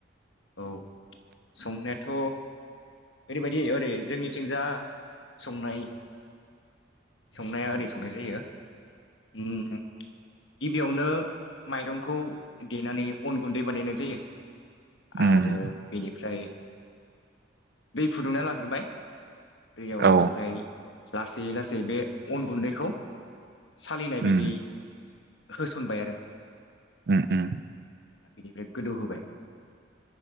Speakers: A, on the left; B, on the right.
A: औ संनायाथ ओरैबायदि ओरै जोंनिथिंजा संनाय संनाया ओरै संनाय जायो उम गिबियावनो माइरंखौ देनानै अन गुन्दै बानायनाय जायो।
B: उम
A: आरो बेनिफ्राय दै फुदुंना लाग्रोबाय दैयावहाय
B: औ
A: लासि लासि जै बे अन गुन्दैखौ सालिनाय
B: उम
A: बायदि होसनबाय आरो।
B: उम उम
A: बिनिफ्राय गोदौहोबाय